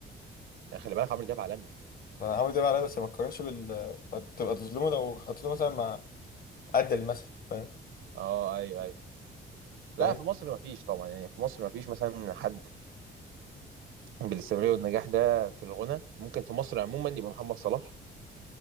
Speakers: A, on the right (about 80°); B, on the left (about 45°).
A: يعني خلي بالك عمرو دياب عالمي
B: انا عمرو دياب عليا بس ما تقارنش بال ما تبقى تظلمه لو حطيته مثلا مع قد المثل فاهم
A: اه ايوه ايوه لا
B: فاهم
A: في مصر ما فيش طبعا يعني في مصر ما فيش مثلا حد بالاستمراريه والنجاح ده في الغنى ممكن في مصر عموما يبقى محمد صلاح